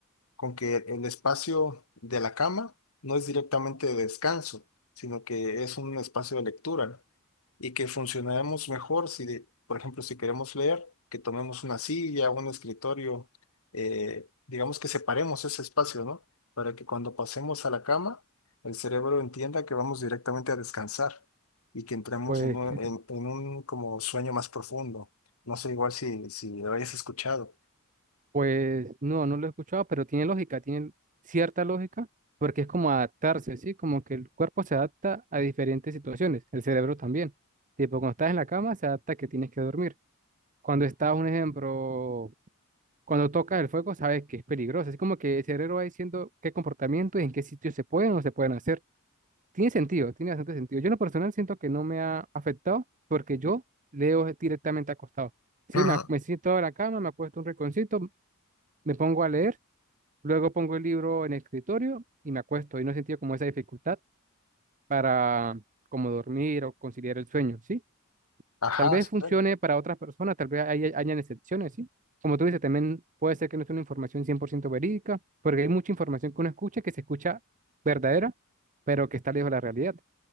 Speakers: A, on the left; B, on the right.
A: con que el espacio de la cama no es directamente de descanso, sino que es un espacio de lectura y que funcionaremos mejor si, de- por ejemplo, si queremos leer, que tomemos una silla, un escritorio, eh, digamos que separemos ese espacio, ¿no? Para que cuando pasemos a la cama, el cerebro entienda que vamos directamente a descansar y que entremos
B: Pues,
A: en un,
B: ti-
A: en- en un como sueño más profundo. No sé igual si, si lo hayas escuchado.
B: pues no, no lo he escuchado, pero tiene lógica, tiene cierta lógica, porque es como adaptarse, ¿sí? Como que el cuerpo se adapta a diferentes situaciones, el cerebro también. Tipo, cuando estás en la cama, se adapta a que tienes que dormir. Cuando estás, un ejemplo, cuando tocas el fuego sabes que es peligroso. Así como que el cerebro va diciendo qué comportamiento y en qué sitios se pueden o no se pueden hacer. Tiene sentido, tiene bastante sentido. Yo en lo personal siento que no me ha afectado porque yo leo directamente acostado. Sí,
A: Ajá.
B: me, ac- me siento en la cama, me acuesto un rinconcito, me pongo a leer, luego pongo el libro en el escritorio y me acuesto. Y no he sentido como esa dificultad para como dormir o conciliar el sueño, ¿sí?
A: Ajá,
B: Tal vez
A: sí.
B: funcione para otras personas, tal vez haya, hayan excepciones, ¿sí? Como tú dices, también puede ser que no sea una información 100% verídica, porque hay mucha información que uno escucha que se escucha verdadera, pero que está lejos de la realidad.